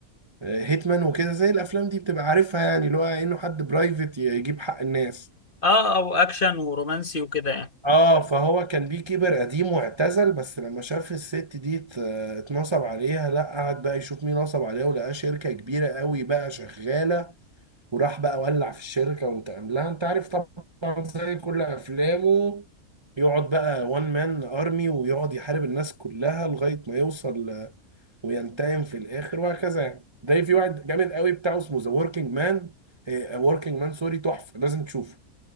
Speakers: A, on the right (about 25°); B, on the left (about 35°).
A: هيتمان وكده زي الافلام دي بتبقى عارفها يعني اللي هو انه حد برايفت يجيب حق الناس
B: اه او اكشن ورومانسي وكده يعني
A: اه فهو كان بيه كيبر قديم واعتزل بس لما شاف الست دي ات- اتنصب عليها لا قعد بقى يشوف مين نصب عليها ولقاه شركة كبيرة قوي بقى شغالة وراح بقى ولع في الشركة وانتقم لها انت عارف طبعا زي كل افلامه يقعد بقى وان مان ارمي ويقعد يحارب الناس كلها لغاية ما يوصل آه، وينتقم في الاخر وهكذا يعني ده في واحد جامد قوي بتاعه اسمه ذا وركينج مان وركينج مان سوري تحفة لازم تشوفه